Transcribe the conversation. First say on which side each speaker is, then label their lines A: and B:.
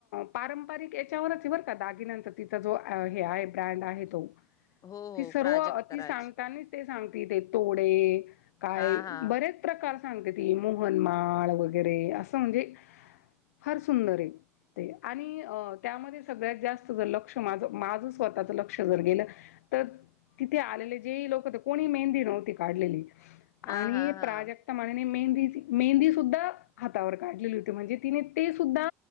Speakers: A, on the left; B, on the left.
A: पारंपरिक याच्यावरच आहे बर का. दागिन्यानच तिचा जो अ हे आहे ब्रँड आहे तो.
B: हो,
A: ती
B: हो
A: सर्व
B: प्राजक्ता
A: ती
B: राज.
A: सांगतानेच ते सांग ती ते तोडे काय
B: हां, हां.
A: बरेच प्रकार सांगते ती मोहनमाळ वगैरे असं म्हणजे फार सुंदर आहे ते आणि अ त्यामध्ये सगळ्यात जास्त जर लक्ष माझ-माझ स्वतःच लक्ष जर गेलं तर तिथे आलेले जे लोक हो कोणी मेहंदी नव्हती काढलेली.
B: हां,
A: आणि
B: हां, हां.
A: प्राजक्ता म्हणे मेहंद मेहंदी सुद्धा हातावर काढलेली होती म्हणजे तिने ते सुद्धा